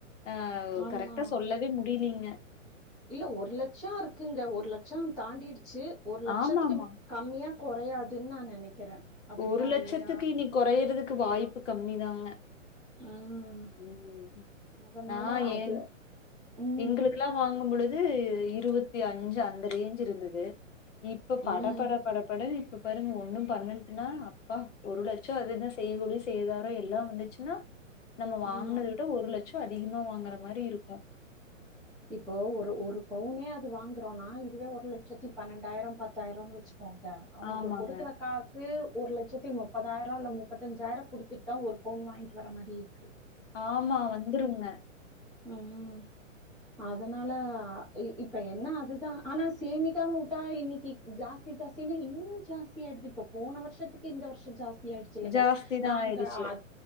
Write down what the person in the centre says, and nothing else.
ஆமா
இல்ல ஒரு லட்சோ இருக்குங்க ஒரு லட்சோ தாண்டிடு ச்சி ஒரு லட்சத்துக்கு
கம்மியா கொறையாதுனு நா நெனைக்கிறே அப்டிதா
இல்லையா
ம்
அதனால
அது
ம்
ம்
ஆமா
இப்போ ஒரு ஒரு பவுனே அது வாங்கறோனா இதுவே ஒரு லட்சத்தி பன்னெண்டாயிரோ பத்தாயிரோனு வச்சு ஓகெய அவனுக்கு
கொடுக்கற காசு ஒரு லட்சத்தி முப்பதாயிரம் இல்ல முப்பத்தஞ்சாயிரம் குடுத்துட்டு தான் ஒரு பவுன் வாங்கிட்டு வர மாரி இருக்கு
உம் அதனால இப்ப என்ன அதுதா ஆனா சேமிகா முட்டாய் இன்னைக்கு ஜாஸ்தி ஜாஸ்தினா இன்னு ஜாஸ்தி ஆயிடுது இப்ப போன வர்ஷத்துக்கு இந்த வர்ஷோ ஜாஸ்தி ஜாஸ்தியாஆயிடுசுல்லங்க
நாங்க
அத